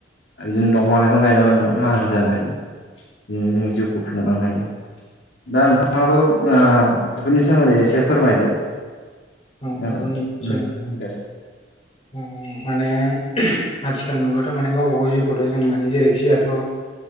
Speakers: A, on the left; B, on the left.
A: बिदिनो दंफां लाइफां गायनाबो नोङो माहाजोन जानो हायो। बिदिनो जों जिउखौ खुनालांनो हायो। दा नोंथाङाबो ओ बिफोरनि सोमोन्दै एसे फोरमायदो
B: <unintelligible> माने
A: ओ उम दे
B: आथिखाल मुगायावाथ' माने गावबा गाव जिउखौथ' जों माने जेरैखि जायाथ' ओ